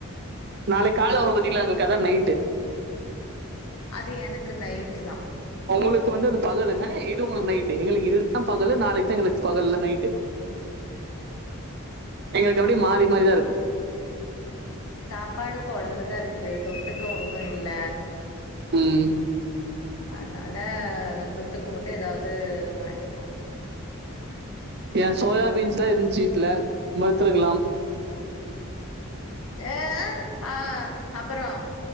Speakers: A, on the right; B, on the left.
A: நாளை கால வரூ பாத்தீங்ளா எங்களுக்கு அதா நைட்டு
B: அது எனக்கு நைட்டு தா
A: உங்களுக்கு வந்து அது பகலுங்க இது உங்களுக்கு நைட்டு எங்களுக்கு இதுதா பகலு நாளைக்கு தா எங்களுக்கு பகல்ல நைட்டு எங்களுக்கு அப்டியே மாறி மாறிதா இருக்கே
B: சாப்பாடு குழம்புதா இருக்கு தொட்டுக்க ஒன்னூ இல்ல
A: ம்
B: அந்னால தொட்டுக்க மாட்டே எதாது வாங்கிவோ
A: ஏ சோயாபீன்ஸ்ல்ல எதூவ்வூ சீக்கல வறுத்துருக்கலா
B: எ ஹா ஹ ஹாங் அப்பறோ